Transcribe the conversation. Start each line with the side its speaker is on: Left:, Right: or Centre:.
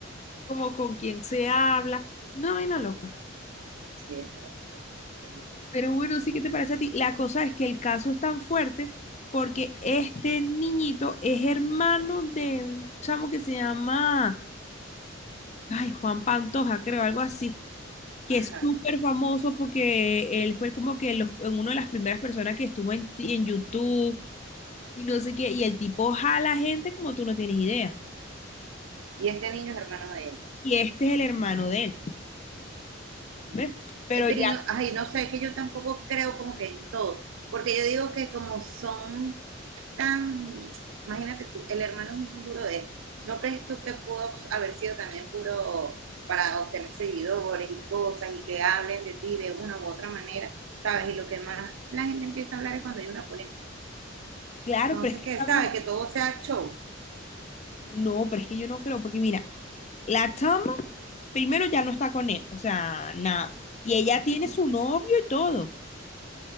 Left: como con quién se habla. No, vaina loca.
Right: Sí, es verdad, es verdad.
Left: Pero bueno, sí, ¿qué te parece a ti? La cosa es que el caso es tan fuerte porque este niñito es hermano de un chamo que se llama, ay, Juan Pantoja, creo, algo así, que
Right: Ajá.
Left: es súper famoso porque él fue como que los, en una de las primeras personas que estuvo en, ti- en YouTube y no sé qué, y el tipo jala gente como tú no tienes idea.
Right: Y este niño es hermano de él.
Left: Y este es el hermano de él,
Right: Mm.
Left: ¿ves? Pero
Right: Eh, Pero
Left: ya,
Right: y no, ay, no sé, es que yo tampoco creo como que en todo, porque yo digo que como son tan, imagínate tú, el hermano es muy duro de esto. ¿No crees tú que pudo haber sido también puro para obtener seguidores y cosas y que hablen de ti de una u otra manera, ¿sabes? Y lo que más la gente empieza a hablar es cuando hay una polémica.
Left: claro,
Right: Entonces,
Left: pero es que
Right: que,
Left: esta broma-
Right: ¿sabes? Que todo sea show
Left: No, pero es que yo no creo, porque mira, la chama primero ya no está con él, o sea, nada. Y ella tiene su novio y todo. O